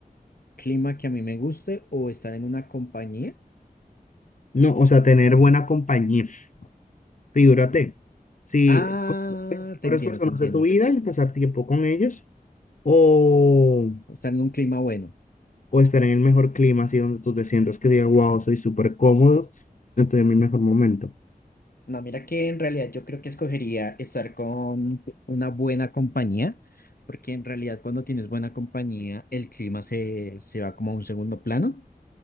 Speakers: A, on the left; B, on the left.
A: clima que a mí me guste o estar en una compañía.
B: No, o sea, tener buena compañía. Figúrate, si
A: Ah,
B: con las mejores
A: te entiendo,
B: personas
A: te entiendo.
B: de tu vida y pasar tiempo con ellos, o
A: O estar en un clima bueno.
B: o estar en el mejor clima, así donde tú te sientas que digas, wow, soy súper cómodo, estoy en mi mejor momento.
A: No, mira que en realidad yo creo que escogería estar con una buena compañía, porque en realidad cuando tienes buena compañía, el clima se, se va como a un segundo plano.